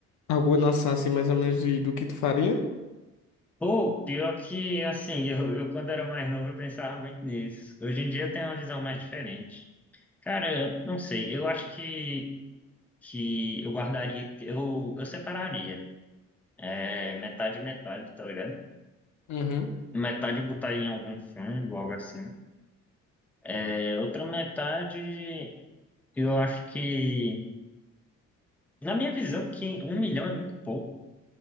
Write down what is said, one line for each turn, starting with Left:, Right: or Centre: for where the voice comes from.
Left: alguma noção, assim, mais ou menos de, do que tu faria?
Centre: pô, pior que, assim, <laughs> eu, eu quando era mais novo eu pensava muito nisso. Hoje em dia eu tenho uma visão mais diferente. Cara, eu não sei, eu acho que, que eu guardaria, eu, eu separaria, é, metade e metade, tá ligado?
Left: Uhum,
Centre: Metade eu botaria em algum fundo, algo assim. É, outra metade, eu acho que, na minha visão, que um milhão é muito pouco.